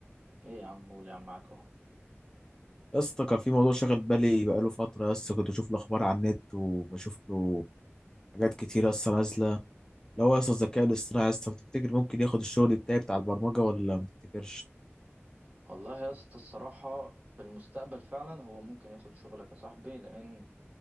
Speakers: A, on the right; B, on the left.
A: ايه يا عم قول يا عم معاك اهو
B: يا اسطى كان في موضوع شاغل بالي بقاله فتره يا اسطى كنت بشوف الاخبار على النت وبشوف له حاجات كتير يا اسطى نازله لو يا اسطى الذكاء الاصطناعي يا اسطى بتفتكر ممكن ياخد الشغل بتاعي بتاع البرمجه ولا ما تفتكرش
A: والله يا اسطى الصراحه في المستقبل فعلا هو ممكن ياخد شغلك يا صاحبي لان